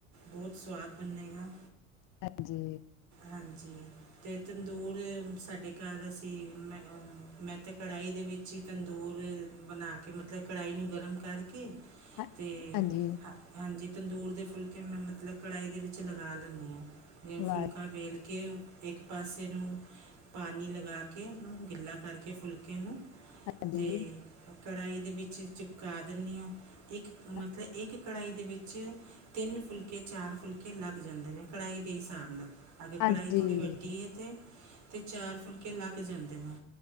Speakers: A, on the right; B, on the left.
A: ਬਹੁਤ ਸਵਾਦ ਬਨੇਗਾ।
B: ਹਾਂਜੀ।
A: ਹਾਂਜੀ ਤੇ ਤੰਦੂਰ ਸਾਡੇ ਘਰ ਅਸੀਂ ਮੈਂ-ਮੈਂ ਤੇ ਕੜਾਈ ਦੇ ਵਿੱਚ ਈ ਤੰਦੂਰ ਬਣਾ ਕ ਕਿ ਮਤਲਬ ਕੜਾਈ ਨੂੰ ਗਰਮ ਕਰਕੇ
B: ਹਾਂ-
A: ਤੇ
B: ਹਾਂਜੀ
A: ਹਾ ਹਾਂਜੀ ਤੰਦੂਰ ਦੇ ਫੁਲਕੇ ਮੈਂ ਮਤਲਬ ਕੜਾਈ ਦੇ ਵਿੱਚ ਲਗਾ ਲੈਣੀ ਆ। ਫੇਰ
B: ਵਾਹ
A: ਫੁਲਕਾ ਵੇਲ ਕੇ ਏਕ ਪਾਸੇ ਨੂੰ। ਪਾਣੀ ਲਗਾ ਕੇ ਉਹਨੂੰ ਗਿੱਲਾ ਕਰਕੇ ਫੁਲਕੇ ਨੂੰ
B: ਹਾਂਜੀ
A: ਤੇ ਕੜਾਈ ਦੇ ਵਿੱਚ ਚਿਪਕਾ ਦਿੰਨੀ ਆ। ਇੱਕ ਮਤਲਬ
B: ਹਾਂਜੀ
A: ਏਕ ਕੜਾਈ ਦੇ ਵਿੱਚ ਤਿੰਨ ਫੁਲਕੇ ਚਾਰ ਫੁਲਕੇ ਲੱਗ ਜਾਂਦੇ ਨੇ ਕੜਾਹੀ ਦੇ ਹਿਸਾਬ ਨਾਲ। ਅਗਰ
B: ਹਾਂਜੀ
A: ਕੜ੍ਹਾਈ ਤੁੜੀ ਵੱਡੀ ਹੈ ਤਾਂ? ਤੇ ਚਾਰ ਫੁਲਕੇ ਲੱਗ ਜਾਂਦੇ ਨੇ